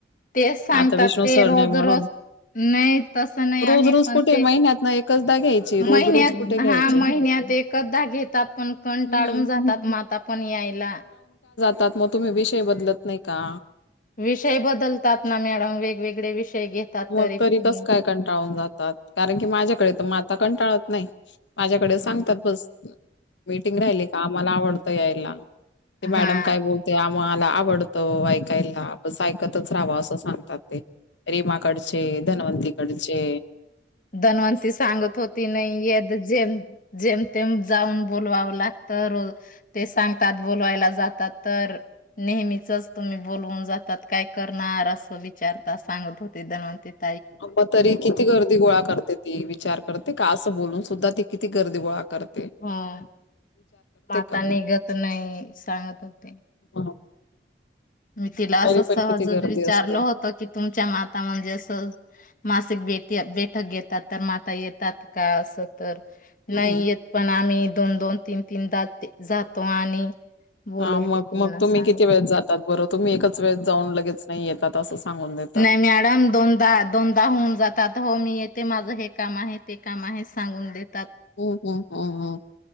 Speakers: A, on the left (about 45°); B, on the left (about 85°).
A: तेऽच सांगतात
B: आता विष्णू
A: ते,
B: सर
A: रोज,
B: नाही म्हणून
A: रोज नाही, तस नाही
B: रोज
A: आहे,,
B: रोज
A: पण
B: कुठे
A: ते,
B: महिन्यात ना एकचदा घ्यायची रोज
A: महिन्यात,
B: रोज कुठे घ्यायचे
A: हा महि महिन्यात एकदा घेतात. पण कण
B: हम्म
A: टाळून जातात माता पण यायला.
B: तात मग तुम्ही विषय बदलत नाही का?
A: विषय बदलतात ना मॅडम वेगवेगळे विषय घेतात.
B: मग
A: तरी पण
B: कस काय कंटाळून कारण की माझ्याकडे तर माता कंटाळत नाहीत. माझ्याकडे सांगतात बस मीटिंग राहिली का मला आवडतं यायला. ते
A: हा
B: मॅडम काय बोलते मला आवडतं ऐकायला बस ऐकतच राहाव असं सांगतात ते. रीमाकडचे, धनवंती कडचे,
A: धन्वंती सांगत होती नाही य जे - जेमतेम जाऊन बोलवावं लागतं रोज ते सांगतात बोलवायला जातात तर नेहमीचच तुम्ही बोलवून जातात. काय करणार असं विचारता. सांगत हो ते दान ते --
B: अ तरी किती गर्दी गोळा करते ती विचार करते का? असं बोलून सुद्धा ती किती गर्दी गोळा करत
A: हा माता
B: का मग
A: निघत नाही, सांगत होते
B: हं,
A: मी तिला
B: तरी
A: असं सहजच
B: पण किती गर्दी
A: विचारल
B: असते
A: होत, की तुमच्या माता म्हणजे असं, मासिक डेट बैठक घेतात, तर माता येतात का? अस तर
B: हम्म
A: नाही येत पण आणि दोन-दोन तीन-तीन तास, जातो आणि बोलवतो
B: हा मग
A: त्यांना
B: मग तुम्ही
A: सांगतो
B: किती वेळेेत जातात बरं तुम्ही एकच वेळेेत जाऊन लगेच नाही येतात असं सांगून देतात.
A: नाही मॅडम, दोनदा दोनदा होऊन जातात हो मी येते माझं हे काम आहे, ते काम आहे, सांगून देतात
B: हम्म. हम्म. हम्म. हम्